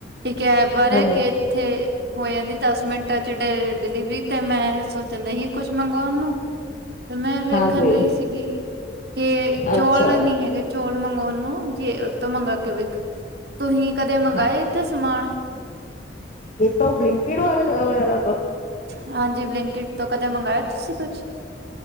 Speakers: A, on the right; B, on the left.
A: ਇੱਕ ਐਪ ਬਾਰੇ
B: ਹਾਂਜੀ
A: ਕਿ ਏਥੇ- ਹੋ ਜਾਂਦੀ ਦਸ ਮਿੰਟ'ਚ ਡ ਡਿਲੀਵਰੀ। ਤੇ ਮੈਂ ਸੋਚਨ ਦਯਿ ਹੀ ਕੁਛ ਮੰਗਉਣ ਨੂੰ, ਮੈਂ ਵੇਖਣ
B: ਹਾਂਜੀ,
A: ਡਯੀ ਸੀਗੀ। ਕੇ ਚੌਲ
B: ਅੱਛਾ
A: ਨੀ ਹੈਗੇ ਚੋਲ ਮੰਗਉਣ ਨੂੰ ਜੇ ਉਹਤੋਂ ਮੰਗਾ ਕਿ ਵੇਖ- ਤੁਹੀ ਕਦੇ ਮੰਗਾਏ
B: ਹਾਂ,
A: ਇਥੇ ਸਮਾਨ-
B: ਕਿਥੋਂ ਬਲਿੰਕਇੱਟ ਵਾ ਵਗੈਰਾ ਤੋਂ?
A: ਹਾਂਜੀ ਬਲਿੰਕਇੱਟ ਤੋਂ ਕਦੇ ਮੰਗਾਇਆ ਤੁਸੀਂ ਕੁਛ